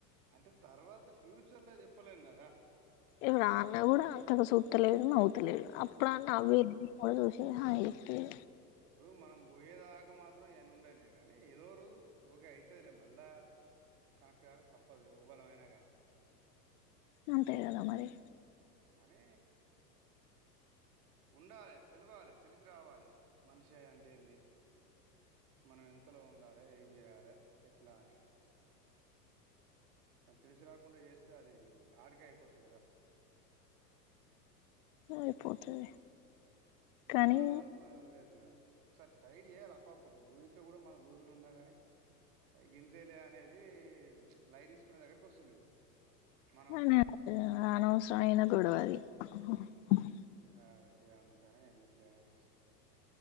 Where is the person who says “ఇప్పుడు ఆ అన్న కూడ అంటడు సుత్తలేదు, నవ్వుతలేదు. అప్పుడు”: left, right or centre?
Left